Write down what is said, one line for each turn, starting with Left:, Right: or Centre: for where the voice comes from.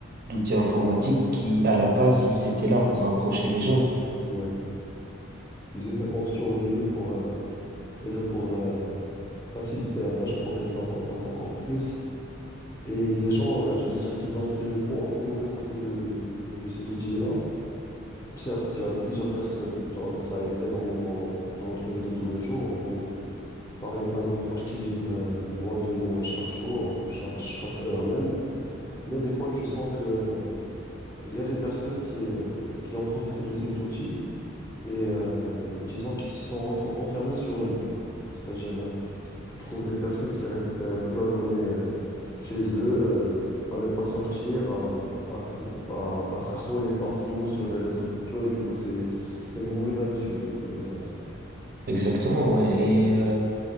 Right: d'outils informatiques qui, à la base, ils étaient là pour rapprocher les gens.
Left: Ouais. Ils étaient conscients au début pour, euh, déjà pour euh, faciliter la tâche, pour rester en contact encore plus. Et les gens, euh, je vais dire qu'ils ont pris le bon et le mauvais côté de, de cet outil-là. Certes, il y a plusieurs personnes, toi, ça aide énormément dans notre vie de tous les jours. On peut parler à nos proches qui vivent euh, loin de nous euh, chaque jour, euh, chaque, chaque heure même. Mais des fois, tu sens que, euh, il y a des personnes qui, euh, qui ont profité de cet outil et euh, disons qu'ils se sont renf- renfermés sur eux-mêmes. C'est-à-dire, euh, tu trouves des personnes qui restent euh, toute la journée euh, chez eux, euh, à ne pas sortir, à, à, f- à- à scroller partout sur les réseaux sociaux. Et du coup, c'est c'est une mauvaise habitude, je, je pense.
Right: Exactement, ouais. Et euh,